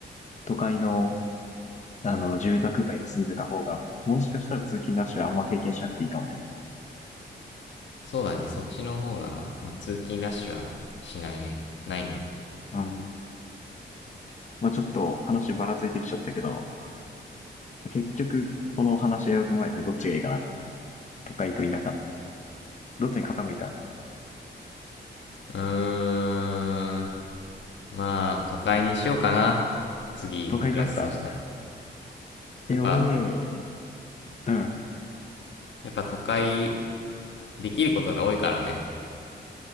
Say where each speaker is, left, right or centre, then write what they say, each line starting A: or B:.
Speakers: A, on the left; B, on the left.
A: 都会の、あの、住宅街で住んでた方が、もしかしたら通勤ラッシュはあんま経験しなくていいかもね。
B: そうだね、そっちの方が、まあ通勤ラッシュはしないね。ないね。
A: うん。まあちょっと話ばらついてきちゃったけど、結局、この話し合いを踏まえてどっちがいいかな。都会と田舎。どっちに傾いた
B: うーん。まあ、都会にしようかな。次、
A: 都会になった。
B: 暮らすとしたら。やっぱ、
A: え、俺ね、うん。
B: やっぱ都会、できることが多いからね。